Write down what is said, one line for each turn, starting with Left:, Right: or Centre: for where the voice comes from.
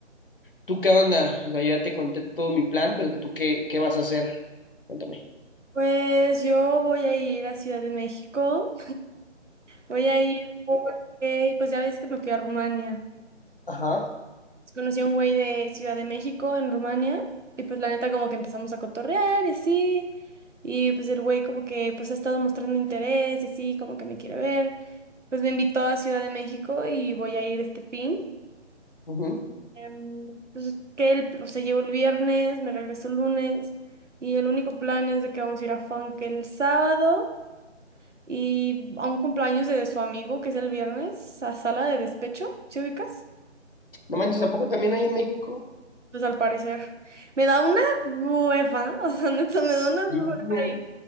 Left: ¿Tú qué onda? O sea, yo ya te conté todo mi plan, pero ¿tú qué, qué vas a hacer? Cuéntame.
Right: Pues yo voy a ir a Ciudad de México. Voy a ir porque, pues ya ves que me fui a Rumania.
Left: Ajá.
Right: Conocí a un güey de Ciudad de México, en Rumania, y pues la neta como que empezamos a cotorrear y así, y pues el güey como que pues ha estado mostrando interés y así, como que me quiere ver, pues me invitó a Ciudad de México y voy a ir este fin.
Left: ujú.
Right: Em, pues que él, o sea, llegó el viernes, me regreso el lunes, y el único plan es de que vamos a ir a Funk el sábado y a un cumpleaños de su amigo, que es el viernes, a sala de despecho, ¿sí ubicas?
Left: No manches, ¿a poco también hay en México?
Right: Pues al parecer. Me da una hueva, <laughs> o sea, neta, me da una hueva.
Left: Sí, miren,
Right: ir.